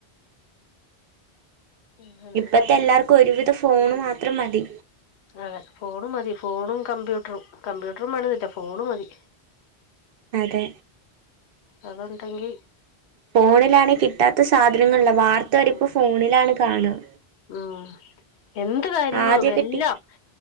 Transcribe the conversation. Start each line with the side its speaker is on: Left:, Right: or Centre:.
Left: അങ്ങനെ
Right: പ്പത്തെ എല്ലാർക്കും ഒരുവിധം ഫോണ് മാത്രം മതി
Left: അതെ ഫോണും മതി ഫോണു കമ്പ്യൂട്രും കമ്പ്യൂടർ വേണോന്നില്ല ഫോണ് മതി
Right: അതെ
Left: അതോണ്ടങ്കി
Right: ഫോണിലണെ കിട്ടാത്ത സാധനളില്ല വാർത്തരെപ്പോ ഫോണിലാണ് കാണുക
Left: ഉം എന്ത് കാര്യങ്ങളും
Right: ആദ്യൊക്കെ
Left: എല്ലാം
Right: ടി